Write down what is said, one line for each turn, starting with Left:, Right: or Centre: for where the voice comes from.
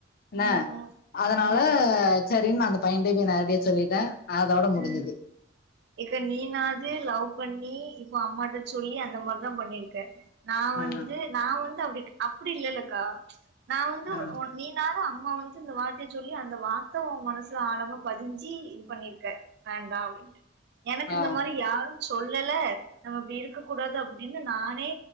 Left: என்ன
Right: ம் ம்
Left: அதனால
Right: ம்
Left: செரின்னு அந்த பையனிட்டேயே போய் நேரடியே சொல்லிட்டேன் அதோட முடிஞ்சுது
Right: ம் இப்ப நீனாவது லவ் பண்ணி இப்ப அம்மாட்ட சொல்லி அந்த மாரிதான் பண்ணிருக்க நான்
Left: ஆ
Right: வந்து நான் வந்து அப்டி அப்டி இல்லலேலக்கா நான் வந்து
Left: ஆ
Right: நீனாவது அம்மா வந்து இந்த வார்த்தைய சொல்லி அந்த வார்த்தை உன் மனசுல ஆழமா பதிஞ்சி இது பண்ணியிருக்க வேண்டாம் அப்டின்ட்டு எனக்கு
Left: ஆ
Right: இந்த மாரி யாரும் சொல்லலே நம்ம இப்டி இருக்க கூடாது அப்டின்னு நானே